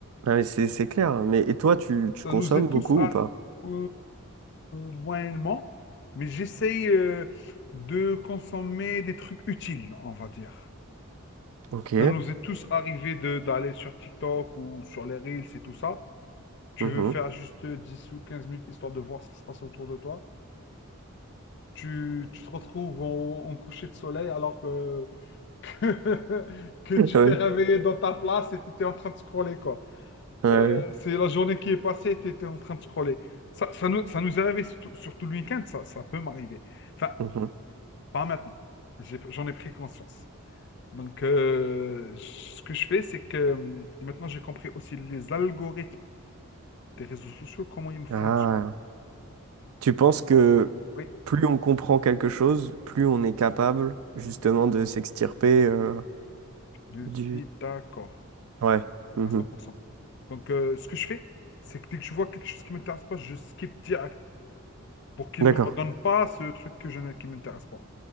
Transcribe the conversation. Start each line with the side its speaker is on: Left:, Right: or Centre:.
Right: Ah, mais c'est c'est clair. hein. Mais et toi tu, tu
Left: Ça
Right: consommes
Left: nous est
Right: beaucoup
Left: tous à...
Right: ou pas?
Left: euh, moyennement, mais j'essaye euh, de consommer des trucs utiles, on va dire.
Right: Ok.
Left: Ça nous est tous arrivé de d'aller sur TikTok ou sur les Reels et tout ça. Tu
Right: Mhm.
Left: veux faire juste 10 ou 15 minutes histoire de voir ce qui se passe autour de toi. Tu, tu te retrouves en, en coucher de soleil alors que, <laughs> que tu
Right: <laughs> Ouais.
Left: t'es réveillé dans ta place et tu étais en train de scroller, quoi.
Right: Ouais. ouais.
Left: Euh, c'est la journée qui est passée, tu étais en train de scroller. Ça, ça nous, ça nous est arrivé surtout, surtout le week-end, ça, ça peut m'arriver. Enfin,
Right: Mhm.
Left: pas maintenant. J'ai- J'en ai pris conscience. Donc, euh, j- ce que je fais, c'est que hum, maintenant, j'ai compris aussi les algorithmes des réseaux sociaux, comment ils fonctionnent.
Right: Ah. Tu penses que
Left: Et- Oui,
Right: plus on comprend quelque chose, plus on est capable justement
Left: oui,
Right: de s'extirper euh,
Left: je
Right: du...
Left: suis d'accord,
Right: Ouais. Mhm.
Left: à cent pour cent. Donc, euh, ce que je fais, c'est que dès que je vois quelque chose qui ne m'intéresse pas, je skip direct pour qu'il
Right: D'accord.
Left: ne me redonne pas ce truc que je, n'ai- qui ne m'intéresse pas.